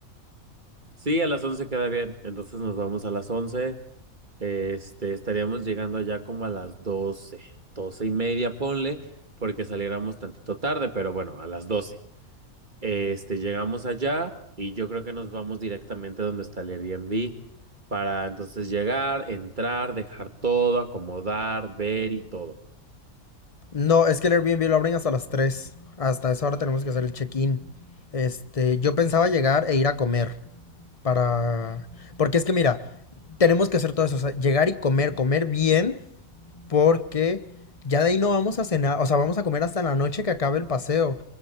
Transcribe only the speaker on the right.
Sí, a las 11 queda bien. Entonces nos vamos a las 11. Este, estaríamos llegando allá como a las 12, 12 y media, ponle, porque saliéramos tantito tarde, pero bueno, a las 12. Este, llegamos allá y yo creo que nos vamos directamente donde está el Airbnb para entonces llegar, entrar, dejar todo, acomodar, ver y todo.